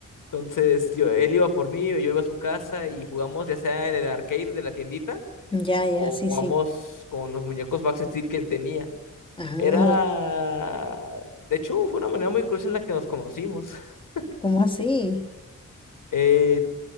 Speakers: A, on the left (about 80°); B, on the left (about 15°).
A: Entonces, yo, él iba por mí o yo iba a su casa y jugamos ya sea en el arcade de la tiendita
B: Ya,
A: o
B: ya, sí,
A: jugamos
B: sí.
A: con los muñecos Max Steel que él tenía.
B: Ah,
A: Era, de hecho, fue una manera muy curiosa en la que nos conocimos. <laughs>
B: ¿cómo así?
A: Eh,